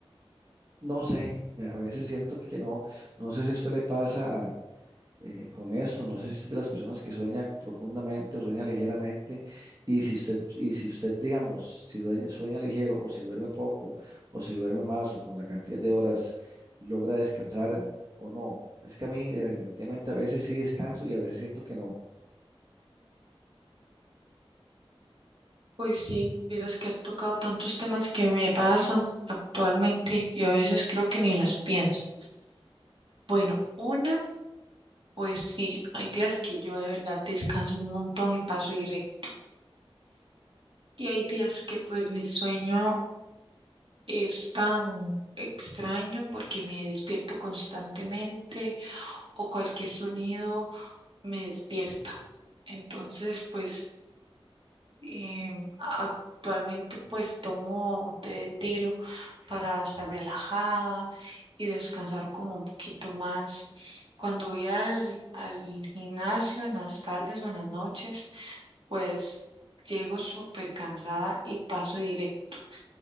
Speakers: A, on the right (about 40°); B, on the right (about 60°).
A: no sé, eh, a veces siento que no, no sé si a usted le pasa eh, con esto. No sé si usted es de las personas que sueña profundamente o sueña ligeramente. Y si usted, y si usted, digamos, si dueña- sueña ligero o si duerme poco o si duerme más o con la cantidad de horas logra descansar o no. Es que a mí definitivamente a veces sí descanso y a veces siento que no.
B: Pues sí, vieras que has tocado tantos temas que me pasan actualmente y a veces creo que ni las pienso. Bueno, una, pues sí, hay días que yo de verdad descanso un montón y paso directo. Y hay días que pues mi sueño es tan extraño porque me despierto constantemente o cualquier sonido me despierta. Entonces, pues Eh, actualmente pues tomo té de tilo para estar relajada y descansar como un poquito más. Cuando voy al, al gimnasio en las tardes o en las noches, pues llego súper cansada y paso directo.